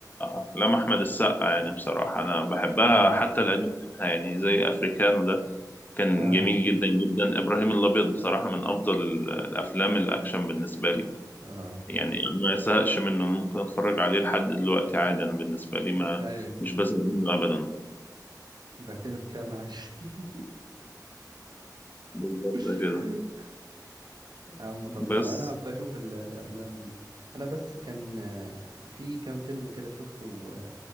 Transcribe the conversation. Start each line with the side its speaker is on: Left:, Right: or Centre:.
Left: أفلام أحمد السقا يعني بصراحة أنا بحبها
Right: امم
Left: حتى القديم منها يعني زي أفريكانو ده كان
Right: اه
Left: جميل جدا جدا إبراهيم الأبيض بصراحة من أفضل ال- الأفلام الأكشن بالنسبة لي
Right: اه
Left: يعني ما يزهقش منه أنا ممكن أتفرج عليه لحد دلوقتي عادي أنا بالنسبة لي ما
Right: ايوه
Left: مش بزهق منه أبدا
Right: بعتني بكام عشرين
Left: بالظبط
Right: <laughs>
Left: كده
Right: يا عم خلصان
Left: بس
Right: انا هبقى اشوف ال- الافلام دي انا بس كان آه، في كام فيلم كده شفته